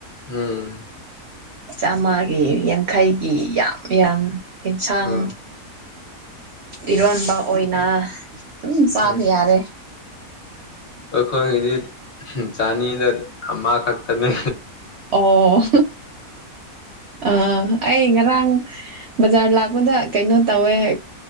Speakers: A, on the left; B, on the right.
A: ꯎꯝ
B: ꯆꯥꯝꯃꯒꯤ ꯌꯥꯡꯈꯩꯒꯤ ꯌꯥꯝ ꯌꯥꯝ ꯑꯦꯟꯁꯥꯡ
A: ꯎꯝ
B: ꯏꯔꯣꯟꯕ ꯑꯣꯏꯅ ꯑꯗꯨꯝ ꯆꯥꯕ
A: ꯎꯝ
B: ꯌꯥꯔꯦ
A: ꯑꯩꯈꯣꯏꯒꯤꯗꯤ ꯆꯥꯅꯤꯗ ꯑꯃ ꯈꯛꯇꯅꯦ
B: ꯑꯣ ꯑꯥ ꯑꯩ ꯉꯔꯥꯡ ꯕꯖꯥꯔ ꯂꯥꯛꯄꯗ ꯀꯩꯅꯣ ꯇꯧꯋꯦ